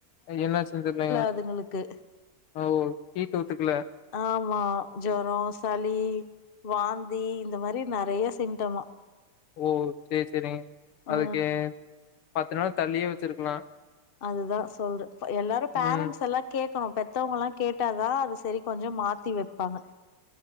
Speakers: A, on the left; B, on the left.
A: அங்க என்னாச்சுன் தெர்ல
B: அதுங்களுக்கு
A: ஓ ஹீட் ஒத்துக்ல
B: ஆமா ஜொர சளி வாந்தி இந்த மாரி நெறைய சிம்டமா
A: ஓ சேரி சேரிங்க அதுக்கு
B: ஆ
A: பத்து நாள் தள்ளியே வச்சிருக்கலா
B: அதுதா சொல்ற எல்லாரு பேரண்ட்ஸ்
A: ம்
B: எல்லா கேக்கணு பெத்தவங்கலா கேட்டாதா அது சரி கொஞ்சோ மாத்தி வப்பாங்க